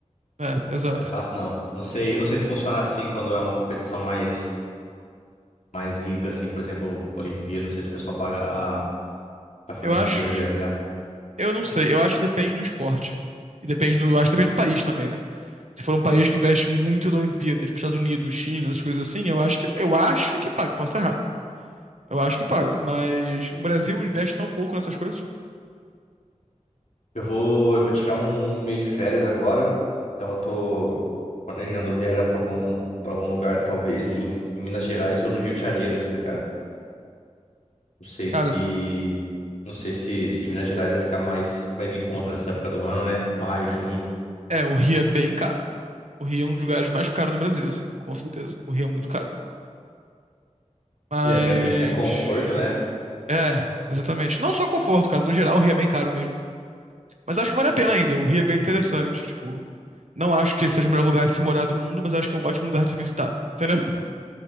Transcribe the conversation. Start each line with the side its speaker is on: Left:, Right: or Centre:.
Right: É, exato.
Left: não é fácil, não. Não sei, não sei se funciona assim quando é uma competição mais, mais rica, assim, por exemplo, Olimpíada, não sei se o pessoal paga a, a família
Right: Eu acho,
Left: inteira viajar.
Right: eu não sei, eu acho que depende do esporte. E depende do, acho que depende do país também, né? Se for um país que investe muito na Olimpíada, tipo Estados Unidos, China, essas coisas assim, eu acho que, eu acho que paga, posso estar errado. Eu acho que paga, mas o Brasil investe tão pouco nessas coisas.
Left: Eu vou, eu vou tirar um mês de férias agora, então eu tô planejando viajar pra algum, para algum lugar, talvez em, em Minas Gerais ou no Rio de Janeiro ainda, cara. Não sei
Right: Cara,
Left: se, não sei se, se Minas Gerais vai ficar mais, mais em conta nessa época do ano, né? Maio, junho.
Right: é, o Rio é bem caro. O Rio é um dos lugares mais caros do Brasil, assim, com certeza. O Rio é muito caro. Mas.
Left: É, pra quem quer conforto, né?
Right: É, exatamente. Não só conforto, cara. No geral, o Rio é bem caro mesmo. Mas acho que vale a pena ainda. O Rio é bem interessante. Tipo, não acho que seja o melhor lugar de se morar do mundo, mas acho que é um ótimo lugar de se visitar. Entendeu?